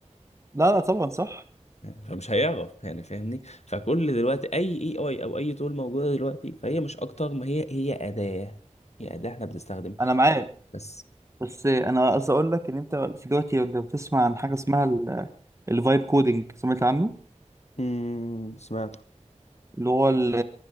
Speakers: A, on the right; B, on the left.
A: لا لا طبعا صح
B: فمش هيعرف يعني فاهمني فكل دلوقتي اي اي اي او اي تول موجوده دلوقتي فهي مش اكتر ما هي هي اداه هي اداه احنا بنستخدمها
A: انا معاك
B: بس
A: بس آه، انا قصدي اقول لك ان انت في دلوقتي لو بتسمع عن حاجه اسمها الفايب كودنج سمعت عنه
B: امم سمعت
A: اللي هو ال-